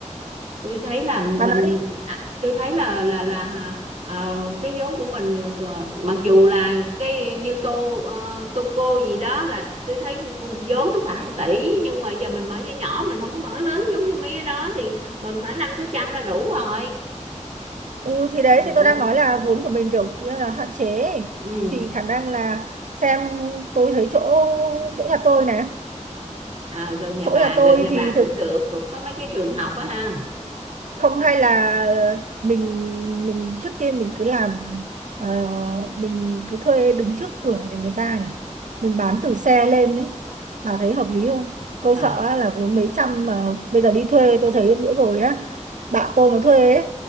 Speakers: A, on the right; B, on the right.
A: tôi thấy là mình
B: bà nói đi
A: à, tôi thấy là là là à, ờ, cái vốn của mình được, ờ, mặc dù là cái như tô ờ, tô cô gì đó là tôi thấy vốn nó khoảng một tỷ nhưng mà giờ mình mở nhỏ nhỏ mình không có mở lớn giống như mấy cái đó thì mình khoảng năm sáu trăm là đủ rồi
B: ừ thì đấy
A: ừ,
B: thì tôi đang nói là vốn của mình kiểu kia là hạn chế ấy.
A: ừ. Ừ,
B: thì khả năng là xem tôi thấy chỗ chỗ nhà tôi này
A: À, gần nhà
B: chỗ
A: bà
B: nhà tôi
A: gần nhà
B: thì
A: bà cũng
B: thực
A: được cũng có mấy cái trường học á ha
B: không hay là mình mình trước tiên mình cứ làm ờ, mình cứ thuê đứng trước cửa nhà người ta nhỉ mình bán từ xe lên ấy bà thấy hợp lý không tôi
A: Ờ,
B: sợ á, là vốn mấy trăm mà bây giờ đi thuê tôi thấy bữa rồi á bạn tôi nó thuê ấy,